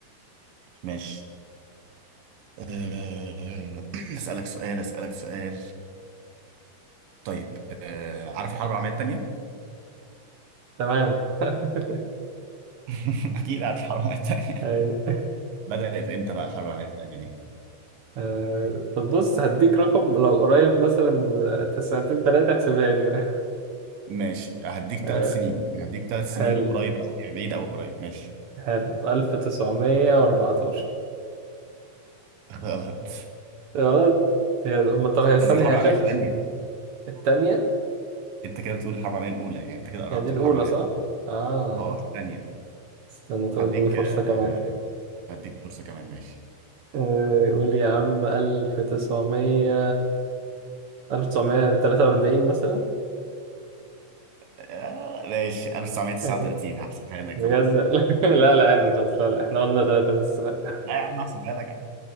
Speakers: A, on the right (about 80°); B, on the right (about 60°).
A: ماشي آه، <clears throat> اسالك سؤال اسالك سؤال طيب آه عارف الحرب العالميه الثانيه
B: تمام <laughs>
A: <laughs> اكيد عارف الحرب العالميه الثانيه
B: أيوة.
A: بدات امتى بقى الحرب العالميه الثانيه دي
B: آه، طب بص هديك رقم لو قريب مثلا سنتين تلاتة احسبها لي
A: ماشي هديك
B: <laughs> آه،
A: ثلاث سنين يعني هديك ثلاث
B: حلو
A: سنين قريب أو يعني بعيد أو قريب ماشي
B: حلو 1914
A: <laughs> غلط
B: غلط هي هم طب هي استني
A: عايزين حرب
B: هي
A: عالمية
B: خلص
A: الثانية
B: التانية
A: أنت كده بتقول الحرب العالمية الأولى يعني أنت كده قربت
B: هي دي الأولى
A: من الحرب العالمية
B: صح؟
A: الأولى.
B: آه
A: أه الثانية
B: استنى طب
A: هديك
B: اديني فرصة كمان
A: آه، هديك فرصة كمان ماشي
B: آه، قول لي يا عم ألف تسعمية ألف تسعمية تلاتة وأربعين مثلا
A: آه، ماشي 1939
B: آه،
A: هحسبها لك
B: بجد
A: خلاص
B: <laughs> لا لا عادي
A: آه.
B: خلاص لا لا احنا قلنا تلاتة بس لا
A: لا يا عم هحسبها لك عادي.